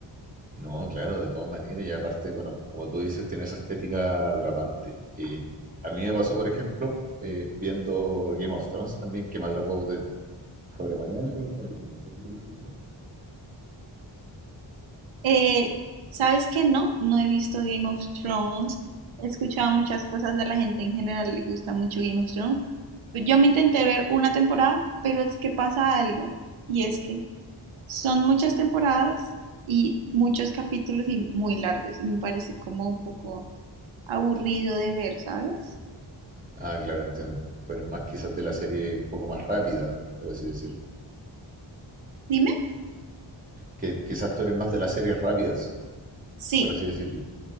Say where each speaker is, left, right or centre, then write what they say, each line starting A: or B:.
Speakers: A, on the right (about 20°); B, on the right (about 85°).
A: No, claro, de todas maneras, y aparte, bueno, como tú dices, tiene esa estética atrapante. Y a mí me pasó, por ejemplo, eh, viendo Game of Thrones también, que me atrapó de sobremanera el primer capítulo, no sé si tú lo has visto.
B: Eh, ¿sabes qué? No, no he visto Game of Thrones. He escuchado muchas cosas de la gente en general, le gusta mucho Game of Thrones. Yo me intenté ver una temporada, pero es que pasa algo y es que Son muchas temporadas y muchos capítulos y muy largos. Y me parece como un poco aburrido de ver, ¿sabes?
A: Ah, claro, entiendo. Tú eres más quizás de la serie un poco más rápida, por así decirlo.
B: Dime.
A: Que quizás tú eres más de las series rápidas,
B: Sí,
A: por así decirlo.